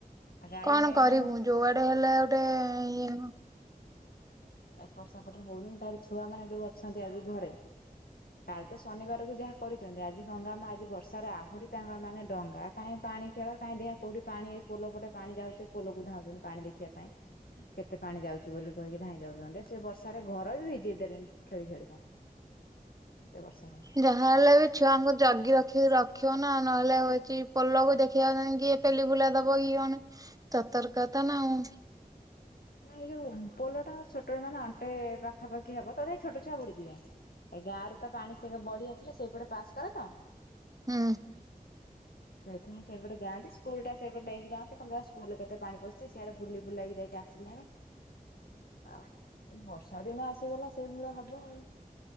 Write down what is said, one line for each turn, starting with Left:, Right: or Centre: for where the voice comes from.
Left: ଗାଈ
Right: କଣ
Left: ମେ
Right: କରିବୁ
Left: ମାନେ
Right: ଯୋଉଆଡେ ହେଲେ ଗୋଟେ ଇଏ
Left: ଏପଟ ସେପଟରେ ହଉନି ତାପରେ ଛୁଆ ମାନେ ଯୋଉ ଅଛନ୍ତି ଆଜି ଘରେ କାଲି ତ ଶନିବାରକୁ ଯାହା କରିଛନ୍ତି, ଆଜି ହଙ୍ଗାମା ଆଜି ବର୍ଷାରେ ଆହୁରି ତାଙ୍କର ମାନେ ଡଙ୍ଗା କାଇଁ ପାଣି ଖେଳ କାଇଁ ଦେଖିବା କୋଉଠି ପାଣି ଏଇ ପୋଲ ପଟେ ପାଣି ଯାଉଛି, ପୋଲକୁ ଧାଉଛନ୍ତି ପାଣି ଦେଖିବା ପାଇଁ। କେତେ ପାଣି ଯାଉଛି ବୋଲି କହିକି। ଧାଇଁ ଯାଉଛନ୍ତି, ସେ ବର୍ଷାରେ ଘର ବି ଭିଜେଇ ଦେଲେନି ଖେଳି ଖେଳିିକା, ଏତେ ବର୍ଷାରେ।
Right: ଯାହା ହେଲେ ବି ଛୁଆଙ୍କୁ ଜଗି ରଖି ରଖିବ ନା ନହେଲେ ହଉଛି ପୋଲକୁ ଦେଖିବାକୁ କିଏ ପେଲି ବୁଲା ଦବ କିଏ କଣ ସତର୍କତା ନା ଆଉ।
Left: ନା ଏଇ ଯୋଉ ପୋଲଟା ଆ ଛୋଟ ମାନେ ଅଣ୍ଟେ ପାଖାପାଖି ହବ ତଥାପି ଛୋଟ ଛୁଆ ବୁଡିଯିବେ। ଏ ଗାଁ ରେ ତ ପାଣି ସେ ବଢି ଆସିଲେ ସେଇପଟେ ପାସ୍ କରେ ତ।
Right: ହୁଁ।
Left: ସେଇଥି ନି ସେ ସେପଟେ ଯାନ୍ତି ସ୍କୁଲ ଟା ସେଇପଟେ ଡ଼େଇଁକି ଜାଆନ୍ତି <unintelligible> ସ୍କୁଲ କେତେ ପାଣି ପଶିଚି ସିଆଡେ ବୁଲି ବୁଲାକି ଯଇକି ଟେ ଆସିଲାଣି ଆଉ ବର୍ଷା ଦିନ ଆସିଗଲା ସେଇଭଳିଆ ହବ ଆଉ।